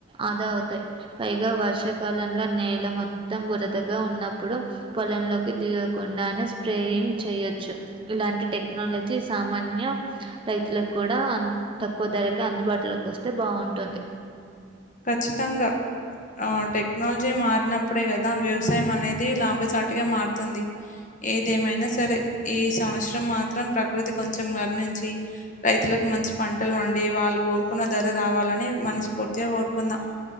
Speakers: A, on the right; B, on the left.
A: ఆదా అవుతాయి పైగా వర్షాకాలంలో నేల మొత్తం బురతగా ఉన్నప్పుడు పొలంలోకి దిగకుండానే స్ప్రేయింగ్ చేయొచ్చు ఇలాంటి టెక్నాలజీ సామాన్య రైతులకు కూడా తక్కువ ధరకే అందుబాటులోకి వస్తే బావుంటుంది
B: ఖచ్చితంగా ఆ టెక్నాలజీ మారినప్పుడే గదా వ్యవసాయం అనేది లాభసాటిగా మారుతుంది ఏదేమైనా సరే ఈ సంవత్సరం మాత్రం ప్రకృతి కొంచెం గరుణించి రైతులకు మంచి పంటలు వండి వాళ్ళు కోరుకున్న ధర రావాలని మనస్ఫూర్తిగా గోరుకుందా